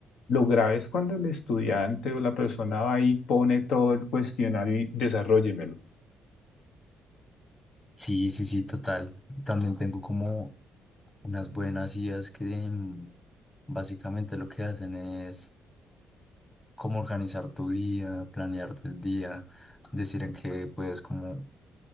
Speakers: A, on the left (about 75°); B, on the left (about 20°).
A: Lo grave es cuando el estudiante o la persona va y pone todo el cuestionario y desarrollémelo.
B: Sí, sí, sí, total. También tengo como unas buenas ideas que mm, básicamente lo que hacen es como organizar tu día, planear el día, decir en qué puedes como